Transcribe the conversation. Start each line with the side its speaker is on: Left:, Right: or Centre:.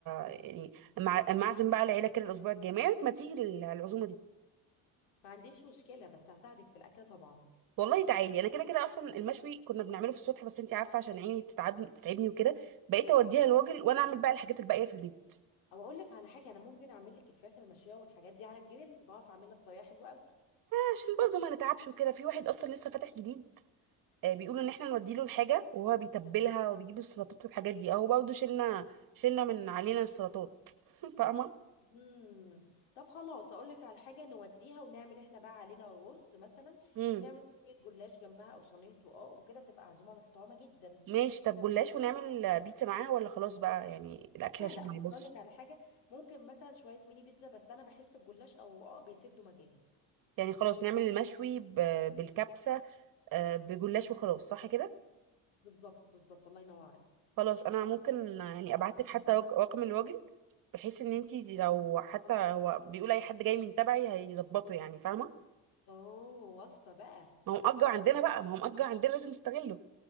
Right: يعني مع اما اعزم بقى العيله كده الاسبوع الجاي ما يعني ما تيجي لل- العزومه دي
Left: ما عنديش مشكله بس هساعدك في الاكل طبعا
Right: والله تعالي انا كده كده اصلا المشوي كنا بنعمله في السطح بس انتي عارفه عشان عيني بتتعبني بتتعبني وكده بقيت اوديها الراجل وانا اعمل بقى الحاجات الباقيه في البيت
Left: او اقول لك على حاجه انا ممكن اعمل لك الفراخ المشويه والحاجات دي على الجبل بعرف اعملها بطريقه حلوه قوي
Right: عشان برضه ما نتعبش وكده في واحد اصلا لسه فاتح جديد آه، بيقولوا ان احنا نودي له الحاجه وهو بيتبلها وبيجيب السلطات والحاجات دي اهو برضه شلنا شلنا من علينا السلطات <laughs> فاهمه
Left: امم طب خلاص اقول لك على حاجه نوديها ونعمل احنا بقى علينا رز مثلا
Right: امم
Left: ونعمل صينيه جلاش جنبها او صينيه رقاق وكده تبقى عزومه محترمه جدا
Right: ماشي طب جلاش ونعمل بيتزا معاها ولا خلاص بقى يعني الاكل
Left: لا
Right: عشان
Left: لا
Right: ما
Left: بص
Right: يبص
Left: هقول لك على حاجه ممكن مثلا شويه ميني بيتزا بس انا بحس الجلاش او اه بيسدوا مكانه
Right: يعني خلاص نعمل المشوي ب... بالكبسه آه، بجلاش وخلاص صح كده
Left: بالظبط بالظبط الله ينور عليك
Right: خلاص انا ممكن آه، يعني ابعت لك حتى رق- رقم الراجل بحيث ان انتي دي لو حتى هو بيقول اي حد جاي من تبعي هيظبطه يعني فاهمه
Left: اوه واسطه بقى
Right: ما هو مأجر عندنا بقى ما هو مأجر عندنا لازم نستغله